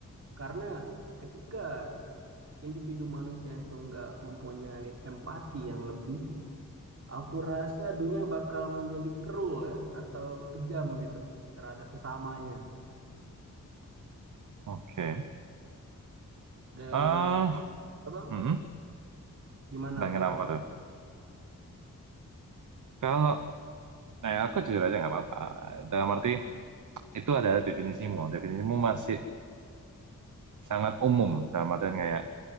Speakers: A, on the right (about 50°); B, on the right (about 70°).
A: Karena ketika individu manusia itu nggak mempunyai empati yang lebih, Aku rasa dunia bakal menjadi cruel ya atau kejam gitu terhadap sesamanya.
B: Oke.
A: Dan
B: ah
A: abang
B: mm-mm.
A: gimana
B: Dan
A: pendapat?
B: kenapa tuh? Kalau, nah ya aku jujur aja nggak apa-apa. Dalam arti itu adalah definisimu. Definisimu masih sangat umum. Dalam artian kayak